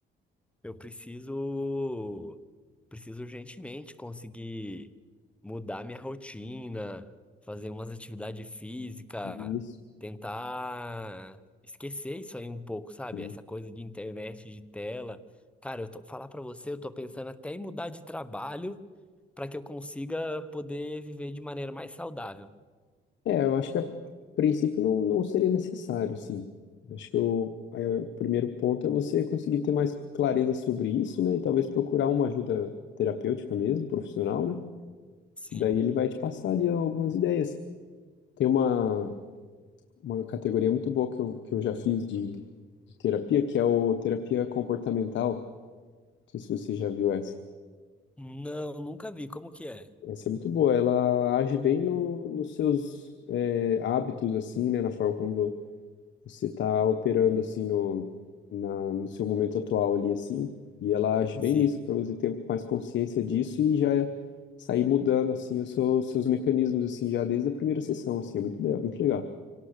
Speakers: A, in the centre; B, on the left.
A: Eu preciso, preciso urgentemente conseguir mudar minha rotina, fazer umas atividades físicas,
B: Isso.
A: tentar esquecer isso aí um pouco, sabe?
B: sim.
A: Essa coisa de internet, de tela. Cara, eu tô falar pra você, eu tô pensando até em mudar de trabalho para que eu consiga poder viver de maneira mais saudável.
B: É, eu acho que a, a princípio não, não seria necessário, sim. Eu Acho que o, aí o primeiro ponto é você conseguir ter mais clareza sobre isso, né? E talvez procurar uma ajuda terapêutica mesmo, profissional, né?
A: Sim.
B: Daí ele vai te passar ali algumas ideias. Tem uma, uma categoria muito boa que eu, que eu já fiz de, de terapia, que é o terapia comportamental. Não sei se você já viu essa.
A: Não, nunca vi. Como que é?
B: Essa é muito boa. Ela age bem no, nos seus é, hábitos, assim, né? Na forma como vo- você está operando, assim, no, na, no seu momento atual ali, assim. E ela age
A: Sim.
B: bem nisso, para você ter mais consciência disso e já sair mudando, assim, os seus, seus mecanismos, assim, já desde a primeira sessão, assim. É muito, le- muito legal.